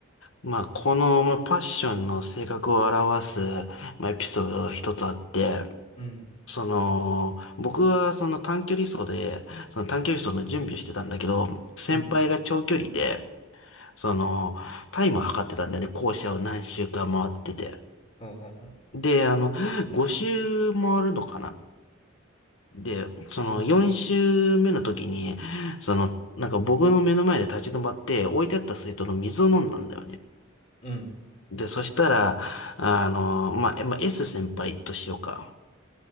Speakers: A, on the left; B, on the left.
A: まあ、この、まあ、パッションの性格を表す、まあ、エピソードが一つあって、
B: うん。
A: その、僕はその短距離走で、その短距離走の準備をしてたんだけど、先輩が長距離で、
B: うん。
A: その、タイムを測ってたんだよね。校舎を何周か回ってて。
B: ほうほうほう。
A: で、あの、
B: そう。
A: 5周回るのかなで、その4周目の時に、
B: うん。
A: その、なんか僕の目の前で立ち止まって、置いてあった水筒の水を飲んだんだよね。
B: うん。
A: で、そしたら、あの、まあ、えまあ、S 先輩としようか。